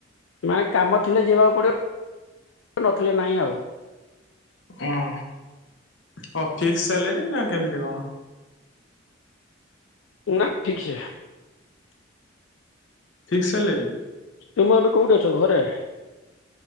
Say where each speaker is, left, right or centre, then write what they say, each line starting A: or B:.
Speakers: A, on the left; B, on the left.
A: ନା କାମ ଥିଲେ ଯିବାକୁ ପଡିବ ନଥିଲେ ନାଇଁ ଆଉ।
B: ହଁ ହ ଫିକ୍ସି୍ ସାଲୋରୀ ନା କେମିତି କଣ?
A: ନା ଫିକ୍ସି ଏ।
B: ଫିକ୍ସି ସାଲେରୀ।
A: ତୁମେ ଏବେ କୋଉଠି ଅଛ ଘରେ?